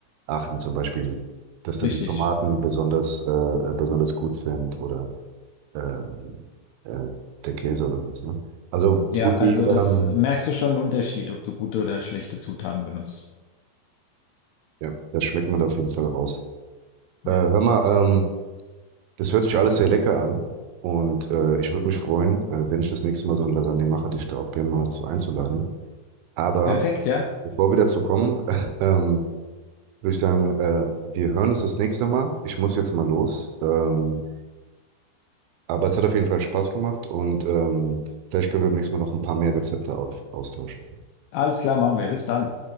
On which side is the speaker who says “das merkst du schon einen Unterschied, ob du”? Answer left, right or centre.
Left